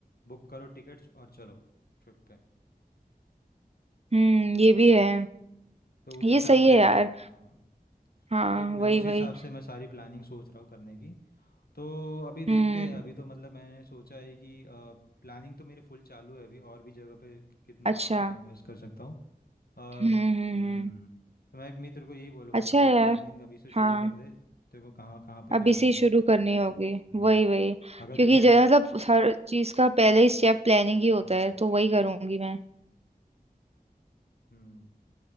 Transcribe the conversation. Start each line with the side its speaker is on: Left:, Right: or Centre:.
Left: बुक करो टिकट्स और चलो ट्रिप पे
Right: हम्म ये
Left: हाँ
Right: भी है
Left: तो उस
Right: ये
Left: हिसाब
Right: सही
Left: से
Right: है यार
Left: हाँ
Right: हाँ
Left: वही मैं
Right: वही
Left: उस
Right: वही
Left: हिसाब से मैं सारी प्लानिंग सोच रहा हूँ करने की तो अभी देखते
Right: हम्म
Left: हैं अभी तो मतलब मैंने सोचा है कि प्लानिंग तो मेरी फुल चालू है अभी और भी जगह पे कितना
Right: अच्छा
Left: और क्या इन्वेस्ट कर सकता हूँ अ, हम्म
Right: हम्म हम्म हम्म
Left: तो मैं भी मित्र को यही बोलूँगा
Right: अच्छा
Left: कि
Right: है यार
Left: प्लानिंग अभी से शुरू
Right: हाँ
Left: कर दे तेरे को कहाँ कहाँ पे क्या
Right: अब इसी
Left: करना
Right: शुरू
Left: है
Right: करनी होगी
Left: हम्म
Right: वही वही
Left: अगर
Right: क्योंकि
Left: तू कैफ
Right: जो मतलब हर चीज का पहले ही स्टेप प्लानिंग ही होता
Left: हाँ
Right: है तो वही करूंगी मैं
Left: हम्म